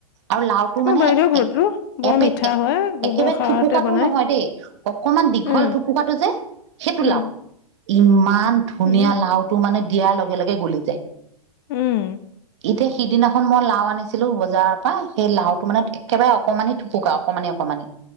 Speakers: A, on the right; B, on the left.
A: আৰু লাওটো
B: আমাৰ
A: মানে
B: বাইদেউৰ ঘৰটো
A: একেবাৰে
B: বৰ মিঠা হয় গোবৰ সাৰতে
A: থোপকাটো
B: বনাই
A: নহয় দেই অকমান দীঘল
B: উম
A: থোপুকাটো যে সেইটো
B: উম
A: লাও ইমান ধুনীয়া
B: উম
A: লাওটো মানে দিয়াৰ লগে লগে গলি যায়
B: উম'
A: ইতিয়া সিদিনাখন মই লাও আনিছিলো বজাৰৰ পৰা সেই লাওটো মানে একেবাৰে অকমানি থুপুকা অকমানি-অকমানি